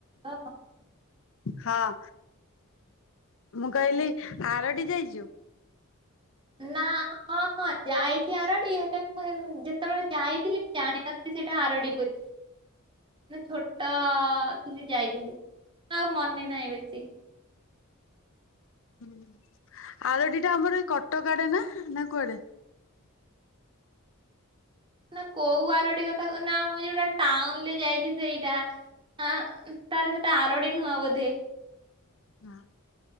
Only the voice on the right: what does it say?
ହଁ।
ନା, ହଁ ହଁ, ଯାଇଚି ଆରଡ଼ି, ହେଲେ <unintelligible> ଯେତେବେଳେ ଯାଇଥିଲି, ଜାଣିନଥିଲି ସେଇଟା ଆରଡି ବୋଲି। ନା ଛୋଟ ଥିଲି ଯାଇଥିଲି, ଆଉ ମନେ ନାହିଁ ବେଶୀ।
ନା କୋଉ ଆରୋଡି କଥା କହୁଚ? ନା ମୁଁ ଯୋଉଟା ଟାଉନ୍ ରେ ଯାଇଛି ସେଇଟା। ହଁ, ତାହେଲେ ସେଟା ଆରୋଡ଼ି ନୁହଁ ବୋଧେ।